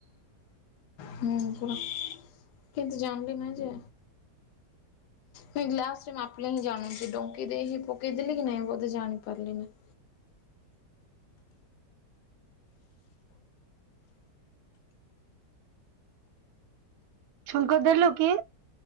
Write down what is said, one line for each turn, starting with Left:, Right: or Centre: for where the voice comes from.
Left: ହୁଁ ପୁରା କେମତି ଜାଣିଲି ନାଁହିଁ ଯେ ନାଇଁ ଗ୍ଲାସ ରେ ମାପିଲେ ହିଁ ଜାଣୁଛି। ଡଙ୍କି ଦେଇ ହିଁ ପକେଇଦେଲେ କି ନାଇଁ ବୋଧେ ଜାଣିପାରିଲିନି।
Right: ଛୁଙ୍କ ଦେଲୁ କି?